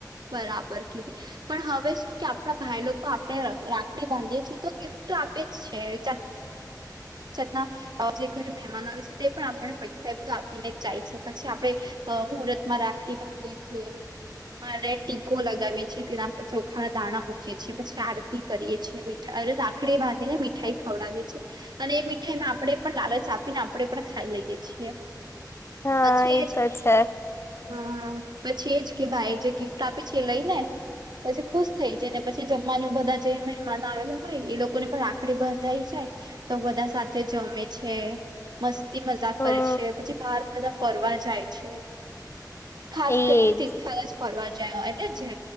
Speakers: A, on the right (about 75°); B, on the left (about 35°).
A: બરાબર કીધી. પણ હવે શું કે આપણા ભાઈ લોકો આપણે રાખડી બાંધીએ છીએ તો ગિફ્ટ તો આપે જ છે. છત ના જે ઘરે મહેમાન આવે છે તે પણ આપને પૈસા એ બધું આપીને જાય છે પછી આપણે. અ મુહૂર્ત માં રાખડી બાંધીએ છીએ. મા ટીકો લગાવીએ છીએ તેના પર ચોખા ના દાણા મૂકીએ છીએ પછી આરતી કરીએ છીએ. રાખડી બાંધી ને મીઠાઈ ખવડાવે છે. અને એ મીઠાઈ માં આપણેે પણ લાલચ આપીને આપણે પણ ખાઈ લઈએ છીએ.
B: હા
A: પછી
B: એ
A: એજ.
B: તો છે
A: હા પછી એજ કે ભાઈ જે ગિફ્ટ આપે છે એ લઈ ને. પછી ખુશ થઈ જાય ને પછી જમવાનું બધા જે મહેમાન આવેલા હોય એ લોકોને પણ રાખડી બંધાઈ જાય. તો બધા સાથે જમે છે મસ્તી મજાક
B: હમ
A: કરે છે પછી બાર બધા. ફરવા જાય છે ખાસ
B: એજ
A: કરીને તીર્થ જ ફરવા જાય એટલે જે.